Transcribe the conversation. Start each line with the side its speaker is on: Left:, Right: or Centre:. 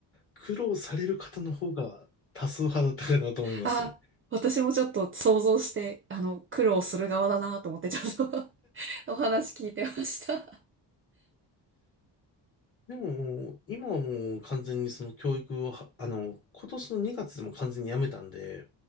Left: 苦労される方の方が多数派だったかなと思いますね。
Right: あ、私もちょっと想像して、あの、苦労する側だなと思って、ちょっと <laughs> お話聞いてました。
Left: でも、今はもう完全にその教育をは、あの、今年の2月でも完全にやめたんで、